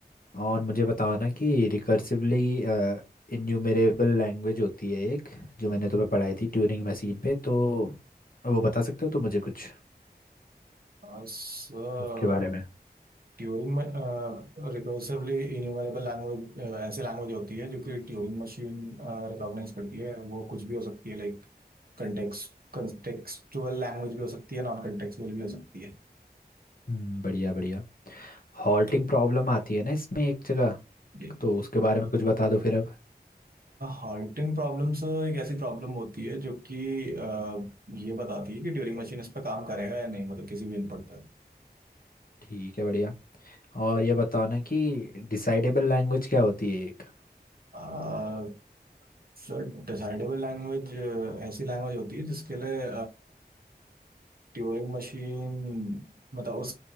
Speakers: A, on the left; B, on the right.
A: और मुझे बताओ ना कि रिकर्सिवली इन्यूमरेबल लैंग्वेज होती है एक जो मैंने तुम्हें पढ़ाई थी ट्यूरिंग मशीन पे तो वो बता सकते हो तो मुझे कुछ
B: Uh, सर
A: उसके बारे में
B: ट्यूरिंग में रिकर्सिवली इन्यूमरेबल लैंग्वेज ऐसी लैंग्वेज होती है जो कि ट्यूरिंग मशीन रिकॉग्नाइज करती है वो कुछ भी हो सकती है लाइक कंटेक्स्ट कंटेक्सचुअल लैंग्वेज भी हो सकती है नॉन कंटेक्सुअल भी हो सकती है
A: हम्म बढ़िया बढ़िया हॉल्टिंग प्रॉब्लम आती है ना इसमें एक जगह
B: जी
A: तो उसके बारे में कुछ बता दो फिर अब
B: हॉन्टिंग प्रॉब्लम्स एक ऐसी प्रॉब्लम होती है जो कि अह, ये बताती है कि ड्यूरिंग मशीन इस पर काम करेगा या नहीं मतलब किसी भी इनपुट पर
A: ठीक है बढ़िया और ये बताओ ना कि डिसाइडेबल लैंग्वेज क्या होती है एक
B: अह, सर डिसाइडेबल लैंग्वेज ऐसी लैंग्वेज होती है जिसके लिए ट्यूरिंग मशीन मतलब उस